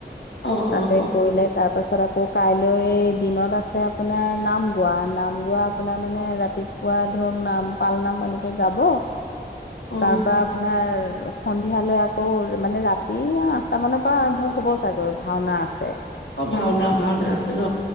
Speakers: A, on the left; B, on the left.
A: অ', অ',
B: তাতে। কৰিলে তাৰপাছত আকৌ কাইলৈ দিনত আছে আপোনাৰ নাম গোৱা নাম গোৱা। আপোনাৰ মানে ৰাতিপুৱা ধৰক নাম পাল নাম এনেকে গাব।
A: অ',
B: তা পা আপোনাৰ। সন্ধিয়ালৈ আকৌ মানে ৰাতি আঠটামানৰ পৰা আৰম্ভ হ'ব চাগৈ ভাওনা আছে।
A: অ ভাওনা ভাওনা আছে ন